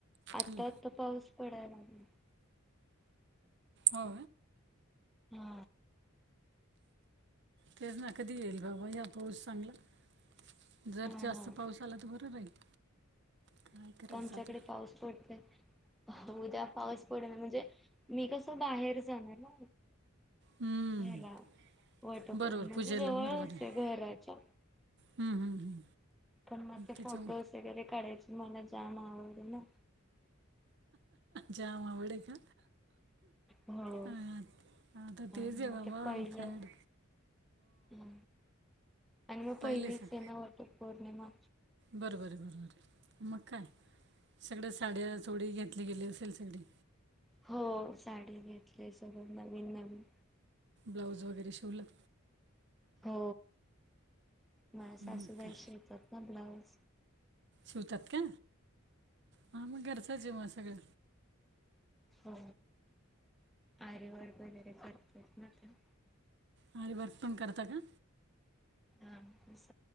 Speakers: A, in the centre; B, on the right (about 55°).
A: आत्ता
B: हं.
A: आता पाऊस पडायला लागला
B: हो
A: हा
B: तेच ना कधी येईल बाबा, या पोच चांगला जर
A: हा
B: जास्त
A: ना
B: पाऊस आला तर बरं राहील काय करायचं
A: आमच्याकडे
B: आता?
A: पाऊस पडतोय, उद्या पाऊस पडला म्हणजे मी कस? बाहेर जाणार ना?
B: हम्म
A: हा ला वाट,
B: बरोबर
A: पण म्हणजे
B: पूजेला
A: जवळच
B: बरोबर आहे
A: घराच्या
B: हम्म हम्म हम्म
A: पण मग ते
B: त्याच्या
A: फोटोज वगैरे काढायचे मला जाम आवडतात ना
B: जाऊ बडे का?
A: हो
B: हातात तेज
A: आणि
B: आहे
A: मग
B: बाबा
A: ते पहिलं
B: फंड
A: हा आणि मग
B: पहिलेच
A: पहिलीच
B: आहे
A: ना होत पौर्णिमा
B: बरोबर बरोबर मग काय सगळ्या साड्या चोडी घेतली गेली असेल सगळी
A: हो साडी घेतली सगं नवीन नवीन
B: बलाऊज वगैरे शोल
A: हो माझ
B: मग
A: सासूबाई
B: काय
A: शिरतात ना ब्लाऊज
B: शिवतात का हा मग घरचं जेव्हा सगळं
A: हो आरेवरार वगैरे करत ना तर
B: हर वर्क पण करत का
A: अस